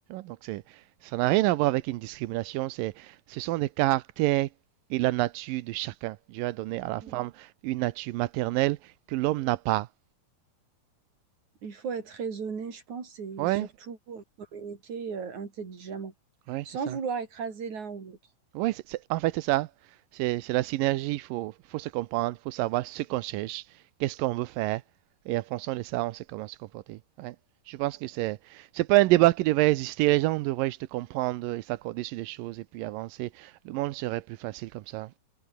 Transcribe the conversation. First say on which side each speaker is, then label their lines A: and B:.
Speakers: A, on the right (about 80°); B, on the right (about 55°).
A: Donc ça n'a rien à voir avec une discrimination. C'est, ce sont des caractères et la nature de chacun. Dieu a donné à la
B: Oui.
A: femme une nature maternelle que l'homme n'a pas.
B: Il faut être raisonné, je pense, et
A: Ouais,
B: surtout euh, communiquer euh, intelligemment,
A: ouais,
B: sans
A: c'est ça.
B: vouloir écraser l'un ou l'autre.
A: Oui, c'est, c'est- en fait, c'est ça. C'est, c'est la synergie. Il faut, faut se comprendre, il faut savoir ce qu'on cherche, qu'est-ce qu'on veut faire. Et en fonction de ça, on sait comment se comporter. Ouais. Je pense que c'est, c'est pas un débat qui devrait exister. Les gens devraient juste comprendre et s'accorder sur des choses et puis avancer. Le monde serait plus facile comme ça.